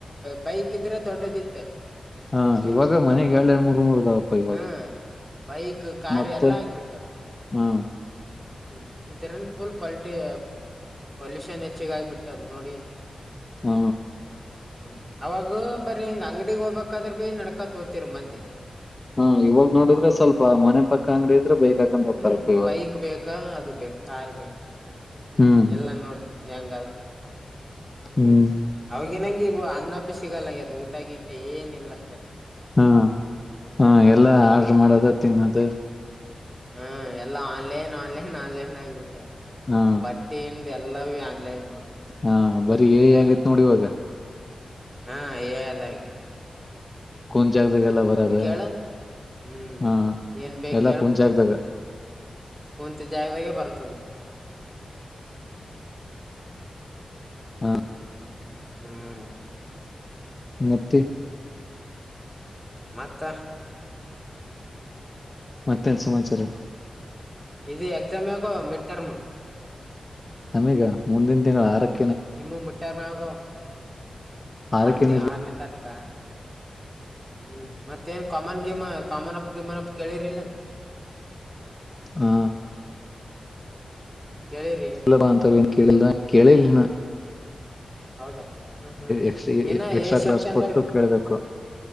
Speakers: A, on the right (about 15°); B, on the left (about 30°).
A: ಬೈಕ್ ಇದ್ರೆ ದೊಡ್ಡ ಪ್ರದಿತ್
B: ಹಾ ಇವಾಗ ಮನೆಗೆ ಎಳ್ ಎರಡು ಮೂರ್ ನೂರುದಾವಪ್ಪ ಇವಾಗ
A: ಹ್ಮ್ ಬೈಕ್ ಕಾರ್
B: ಮತ್ತೆ
A: ಎಲ್ಲಾ ಆಗ್ಬಿಟ್ಟ
B: ಹಾ
A: ಹ್ಮ್ ಇದರನ್ ಪೂಲ್ ಪಲ್ಟಿ ಪೊಲ್ಯೂಷನ್ ಹೆಚ್ಚಗ ಆಗ್ಬಿಟ್ಟದ ನೋಡಿ
B: ಹಾ
A: ಹ್ಮ್ ಅವಾಗ ಬರಿ ಹಿಂಗ ಅಂಗಡಿಗ್ ಹೋಗ್ಬೇಕಾದ್ರ ಭೀ ನಡ್ಕಾತ್ ಹೋತಿರಿ ಮಂದಿ
B: ಹಾ ಇವಾಗ್ ನೋಡಿದ್ರೆ ಸ್ವಲ್ಪ ಮನೆ ಪಕ್ಕ ಅಂಗಡಿ ಇದ್ರೆ ಬೈಕ್ ಹಾಕೊಂಡ್ ಹೋಗ್ತಾರಪ್ಪ
A: ಹ್ಮ್
B: ಇವಾಗ
A: ಬೈಕ್ ಬೇಕಾ ಅದು ಬೇಕ ಕಾರ್ ಬೇಕು ಹ್ಮ
B: ಹ್ಮ್
A: ಎಲ್ಲಾ ನೋಡ ಹೆಂಗ
B: ಹ್ಮ್
A: ಹಗಿನಂಗಗೆ ಇಗ ಅನ್ನಪಿ ಸಿಗಲ್ಲಗೆ ಅದು ಊಟಗ ಇಟ್ಟ ಏನಿಲ್ಲಾ
B: ಹ್ಮ ಹಾ ಎಲ್ಲಾ ಆರ್ಡ್ರ ಮಾಡೋದ ತಿನ್ನದು <unintelligible>
A: ಹ್ಮ ಎಲ್ಲಾ ಆನ್ಲೈನ್ ಆನ್ಲೈನ್ ಆನ್ಲೈನ್ ಆಗಿಬಿಟ್
B: ಹಾ
A: ಬಟ್ಟಿ ಎಲ್ಲಾ ಬಿ ಆನ್ಲೈನ್
B: ಹಾ ಬರಿ ಏ ಆಗೈತ್ ನೋಡ ಇವಾಗ
A: ಹಾ ಎ ಐ ದಾಗ
B: ಕುಂಚಜಾದಾಗೆಲ್ಲ ಬರದ
A: ಹೇಳ ಹ್ಮ್
B: ಹಾ
A: ಏನ್ ಬೇಕ
B: ಎಲ್ಲಾ
A: ಹೇಳ
B: ಕುಂಚಜಾದಾಗ
A: ಕುಂತ ಜಾಗದಗೆ ಬರ್ತದ
B: ಹಾ
A: ಹ್ಮ್
B: ಮತ್ತೆ
A: ಮತ್ತ
B: ಮತ್ತೆನ್ ಸಮಾಚಾರಾ
A: ಇದು ಎಕ್ಸಾಮ ಯಾವಾಗೋ ಮಿಡ್ ಟರ್ಮ
B: ನಮಗ ಮುಂದಿನ ತಿಂಗಳ ಆರಕ್ಕ
A: ನಿಮ್ಮಗ ಮೀಟ್ಟರ್ಮ ಯಾವಾಗ ಹೊ
B: ಆರಕ್ಕೇನ
A: ಆರುತಿ
B: ಇರ್
A: ಆರನೇ ತಾರೀಕಾ ಹ್ಮ್ ಮತ್ತೇನ್ ಕಾಮನ್ ಮ ಕಾಮನ ಅಪ್ ಗಿಮನ ಅಪ್ ಕೆೇಳಿರಿಲ್ಲ
B: ಹಾ
A: ಕೇಳಿರಿ
B: ಸುಲಭ ಅಂತವಾ ಕೇಳಲ್ ಕೇಳಿಲ್ಲಿನ
A: ಹೌದಾ ಹ್ಮ್ ಹ್ಮ್
B: ಎಕ್ಸ್
A: ಏನ್
B: ಎಕ್ಸ್ಟ್ರಾ
A: ಸೆಕ್ಷನ್
B: ಕ್ಲಾಸ್ ಕೊಟ್ಟು ಕೇಳ್ಬೇಕು